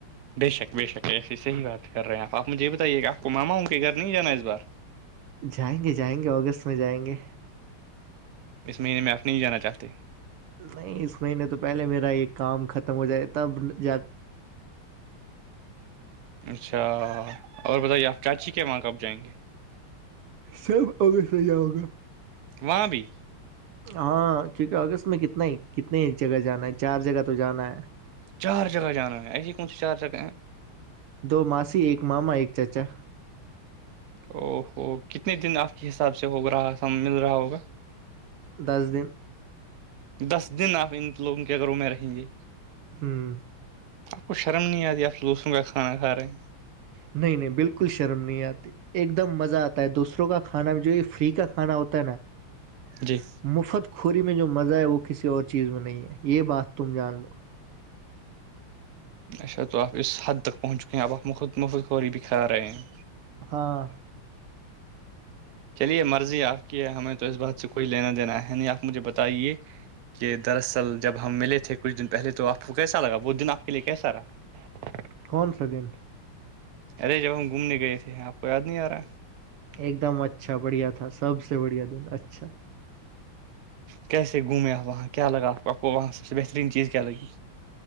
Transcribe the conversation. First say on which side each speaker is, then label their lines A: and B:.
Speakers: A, on the right; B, on the right.
A: بے شک بے شک ایسی صحیح بات کر رہے ہیں آپ آپ مجھے بتائیے کہ آپ کو ماما ہوں کہ گھر نہیں جانا اس بار
B: جائیں گے جائیں گے اگست میں جائیں گے
A: اس مہینے میں آپ نہیں جانا چاہتے
B: نہیں اس مہینے تو پہلے میرا یہ کام ختم ہو جائے تب جا
A: اچھا اور بتائیے آپ چاچی کے وہاں کب جائیں گے
B: صرف اگ سے ہوگا
A: وہاں بھی
B: ہاں کیونکہ اگست میں کتنا ہی کتنے جگہ جانا ہے چار جگہ تو جانا ہے
A: چار جگہ جانا ہے ایسی کون سی چار جگہ ہیں
B: دو ماسی ایک ماما ایک چاچا
A: او ہوو کتنے دن آپ کے حساب سے ہو رہا س مل رہا ہوگا
B: دس دن
A: دس دن آپ ان لوگوں کے گھروں میں رہیں گے
B: ہوں
A: آپ کو شرم نہیں آتیی آپ لوسوں کا کھانا کھا رہے ہیں
B: نہیں نہیں بالکل شرم نہیں آتی ایک دم مزہ آتا ہے دوسروں کا کھانا میں جو یہ فری کا کھانا ہوتا ہے نا
A: جی
B: مفت کھوری میں جو مزہ ہے وہ کسی اور چیز میں نہیں ہے یہ بات تم جان لو
A: اس کا جواب اس حد تک پہنچ چکے ہیں اب ہم خود مخدوری بھی کرا رہے ہیں
B: ہاں
A: چلیے مرضی آپ کی ہمیں تو اس بات سے کوئی لینا دینا ہے نہیں آپ مجھے بتائیے کہ دراصل جب ہم ملے کچھ دن پہلے تو آپ کو کیسا لگا وہ دن آپ کے لیے کیسا رہا ہ <unintelligible>
B: کون سا دن
A: ارے جب ہم گھومنے گئے تھے آپ کو یاد نہیں آ رہا ہے
B: ایک دم اچھا بڑھیا تھا سب سے بڑھیا دن اچھا
A: کیسے گھومے آپ وہاں کیا لگا آپ آپ کو وہاں سب سے بہترین چیز کیا لگی